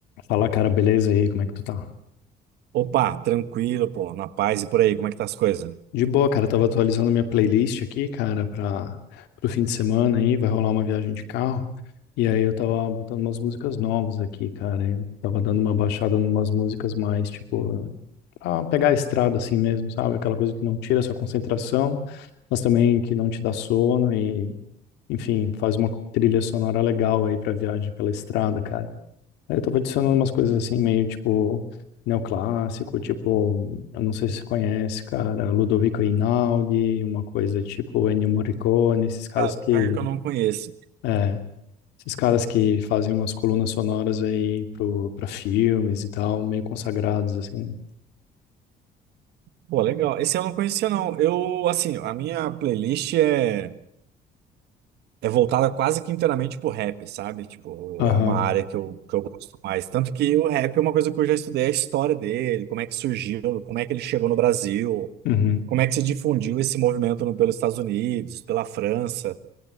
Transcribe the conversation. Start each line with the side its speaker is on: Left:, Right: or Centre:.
Left: Fala, cara, beleza? E aí, como é que tu tá?
Right: Opa, tranquilo, pô, na paz e por aí, como é que tá as coisas?
Left: De boa, cara, tava atualizando minha playlist aqui, cara, para pro fim de semana aí, vai rolar uma viagem de carro. E aí eu tava botando umas músicas novas aqui, cara. Eu tava dando uma baixada numas músicas mais, tipo, pra pegar a estrada assim mesmo, sabe? Aquela coisa que não tira a sua concentração, mas também que não te dá sono e, enfim, faz uma trilha sonora legal aí pra viagem pela estrada, cara. Aí Eu tava adicionando umas coisas assim, meio tipo neoclássico, tipo, eu não sei se você conhece, cara, Ludovico Einaudi, uma coisa tipo Ennio Morricone, esses caras
Right: Ah,
Left: que,
Right: pior que eu não conheço.
Left: é, esses caras que fazem umas colunas sonoras aí pro, pra filmes e tal, meio consagrados assim.
Right: Pô, legal. Esse eu não conhecia, não. Eu, assim, a minha playlist é, é voltada quase que inteiramente pro rap, sabe? Tipo,
Left: Aham.
Right: é uma área que eu, que eu gosto mais. Tanto que o rap é uma coisa que eu já estudei a história dele, como é que surgiu, como é que ele chegou no Brasil,
Left: Uhum.
Right: como é que se difundiu esse movimento no- pelos Estados Unidos, pela França.